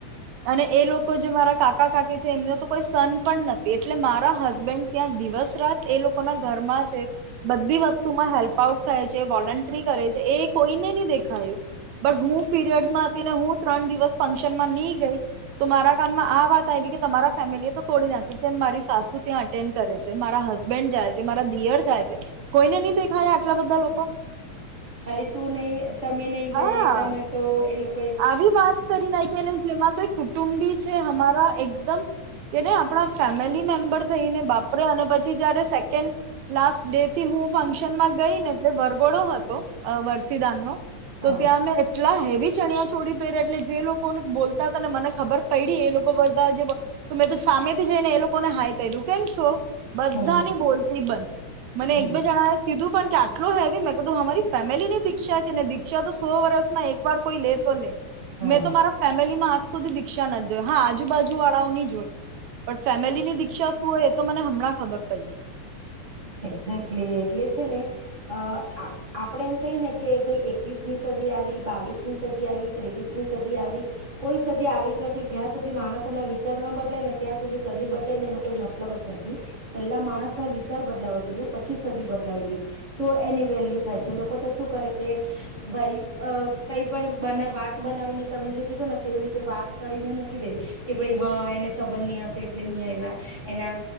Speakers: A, on the right; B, on the right.
A: અને એ લોકો જે મારા કા કા કાકી છે એમને તો કોઈ સન પણ નથી એટલે મારા હસબેન્ડ ત્યાં દિવસ રાત એ લોકોના ઘરમાં છે બધી વસ્તુમાં હેલ્પ આઉટ થાય છે વોલન્ટ્રી કરે છે એ કોઈને નહી દેખાયું બટ હું પીરિયડસમાં હતી ને હું ત્રણ દિવસ ફંક્શનમાં નહી ગઈ તો મારા કાનમાં આ વાત આવી કે તમારા ફેમિલી એ તોડી નાખી મારી સાસુ ત્યાં અટેન્ડ કરે છે મારા હસબન્ડ જાય છે મારા દીયર જાય છે કોઈને નહી દેખાયા આટલા બધા લોકો
B: ખાલી તું નહી તમે નહી
A: હા
B: ગયા એટલામાં તો એ લોક
A: આવી વાત કરી નાયખી અને જેમાં તો કુટુંબી છે અમારા એકદમ કેને આપણા ફેમિલી મેમ્બર થઈને વાપરે અને પછી જયારે સેકન્ડ લાસ્ટ ડેથી હું ફંક્શનમાં ગઈને એટલે વરઘોડો હતો વરસીદાન નો
B: હા
A: તો ત્યાં અમે એટલા હેવી ચણિયા ચીળી પહેર્યા એટલે જે લોકોને બોલતા હતાને મને ખબર પયડી એ લોકો બધા જે ત મે તો સામેથી જઈ ને એ લોકોને હાઈ કર્યું કેમ છો. બધાની
B: હમ
A: બોલતી બન મને
B: હ
A: એક બે જણાએ કીધું પણ કે આટલો હેવી મેં કધું અમારી ફેમિલી ની દિક્ષા છે ને દીક્ષા તો સો વર્ષમાં એક વાર કોઈ લે તો લે
B: હા
A: મેં તો મારા ફેમિલીમાં આજ સુધી દીક્ષા નથી જોઈ હા આજુબાજુ વાળાઓની હોય પણ ફેમિલીની દીક્ષા શું હોય એ તો મને હમણાં ખબર પયડી
B: એક્ઝેક્ટલી એટલે છે ને અ આપણે એમ કહી ને કે ભાઈ એકવીસમી સ ડી આવી બાવીસમી સદી આવી ત્રેવીસમી સદી આવી કોઈ સદી આવી જ નથી જ્યાં સુધી માણસો વિચાર બદલાય ન ત્યાં સુધી સદી બદલાય ને એનો કોઈ મતલબ જ નથી પેલા માણસના વિચાર વિચાર બદલાવા જોઈએ પછી સદી બદલાવી જોઈએ તો એની વેલ્યુ થાય છે લોકો તો શું કરે કે ભાઈ અ કઈ પણ બન વાત બનાવીને તમે જે કીધું ને તેવી રીતે વાત કરીને મૂકી દે કે ભાઈ હા એને સંબંધની હશે એટલે નહી આવ્યા એના